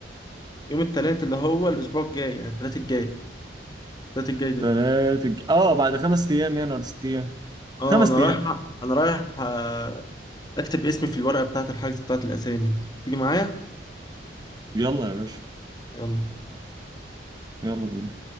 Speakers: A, on the left (about 20°); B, on the right (about 20°).
A: يوم التلات اللي هو الأسبوع الجاي يعني التلات الجاي التلات الجاي ده
B: ثلاثه اه بعد خمس ايام يعني ولا ست ايام
A: اه
B: خمس
A: أنا رايح
B: ايام
A: أنا رايح آه، أكتب اسمي في الورقة بتاعة الحجز بتاعة الأسامي تيجي معايا؟
B: يلا يا باشا
A: يلا
B: يلا بينا